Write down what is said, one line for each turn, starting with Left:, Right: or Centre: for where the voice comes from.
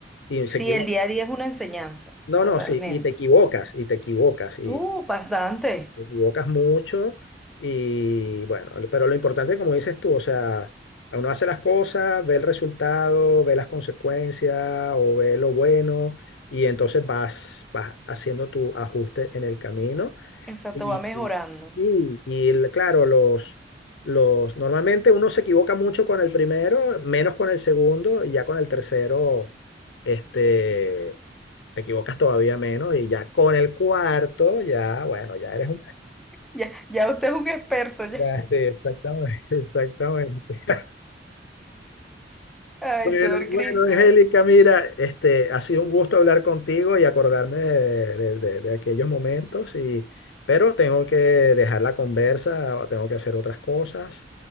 Left: y- y
Centre: Sí,
Left: se equivoca.
Centre: el día a día es una enseñanza,
Left: No,
Centre: totalmente.
Left: no, sí, y te equivocas, y te equivocas,
Centre: Uh, bastante.
Left: te equivocas mucho y bueno, pero lo importante, como dices tú, o sea, uno hace las cosas, ve el resultado, ve las consecuencias o ve lo bueno y entonces vas, vas haciendo tu ajuste en el camino
Centre: Exacto,
Left: y,
Centre: va mejorando.
Left: y, y- y el- claro, los... Los, normalmente uno se equivoca mucho con el primero, menos con el segundo, y ya con el tercero, este, te equivocas todavía menos, y ya con el cuarto, ya, bueno, ya eres un
Centre: Ya, ya usted es un experto, ya.
Left: ya, sí, exactamente, <laughs> exactamente.
Centre: Ay,
Left: Bueno,
Centre: señor
Left: bueno,
Centre: Cristian.
Left: Angélica, mira, este, ha sido un gusto hablar contigo y acordarme de, de- de- de aquellos momentos, y, pero tengo que dejar la conversa, o tengo que hacer otras cosas,